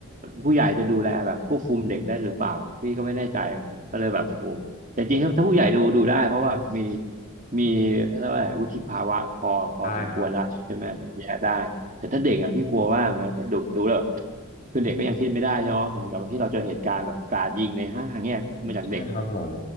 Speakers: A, on the right (about 35°); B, on the left (about 35°).
A: ผู้ใหญ่จะดูแลแบบควบคุมเด็กได้หรือเปล่าพี่ก็ไม่แน่ใจก็เลยแบบโอ้โหแต่จริงๆถ้าถ้าผู้ใหญ่ดูดูได้เพราะว่ามีมีอะไรยกว่าวุฒิภาวะพอพอสมควรแล้วใช่ไหมแยกได้แต่ถ้าเด็กอ่ะพี่กลัวว่ามันจะดูดูแล้วแบบ
B: ใช่ครับ
A: คือเด็กก็ยังคิดไม่ได้เนาะเหมือนกับที่เราเจอเหตุการณ์แบบกราดยิงในห้างเนี่ยมาจากเด็ก
B: ใช่ครับผม